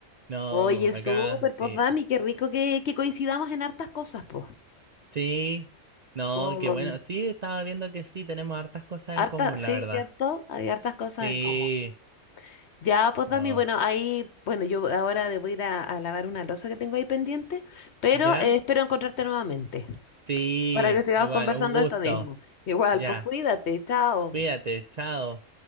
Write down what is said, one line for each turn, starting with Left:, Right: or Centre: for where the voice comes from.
Right: No,
Left: Oye,
Right: acá
Left: súper, pues
Right: sí.
Left: Dami, qué rico que, que coincidamos en hartas cosas, pues.
Right: Sí, no,
Left: Con
Right: qué bueno. Sí, estaba viendo que sí, tenemos hartas cosas
Left: hartas,
Right: en común,
Left: sí,
Right: la verdad.
Left: ¿cierto? Hay hartas cosas
Right: Sí,
Left: en común. Ya, pues Dami,
Right: no.
Left: bueno, ahí, bueno, yo ahora me voy a ir a, a lavar una losa que tengo ahí pendiente, pero
Right: ¿Ya?
Left: eh, espero encontrarte nuevamente
Right: Sí,
Left: para que sigamos
Right: igual,
Left: conversando
Right: un gusto.
Left: de esto mismo. Igual,
Right: Ya,
Left: pues cuídate, chao.
Right: cuídate, chao.